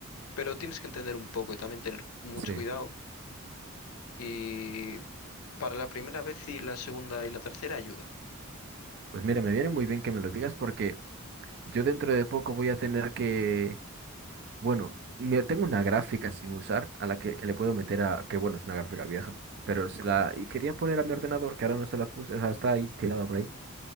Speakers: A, on the left; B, on the right.
A: pero tienes que entender un poco y también tener mucho
B: Sí.
A: cuidado y para la primera vez y la segunda y la tercera ayuda.
B: Pues mira, me viene muy bien que me lo digas porque yo dentro de poco voy a tener que, bueno, me- tengo una gráfica sin usar a la que, que le puedo meter a, que bueno, es una gráfica vieja, pero se la, y quería poner a mi ordenador, que ahora no se la puse, o sea, está ahí tirada por ahí.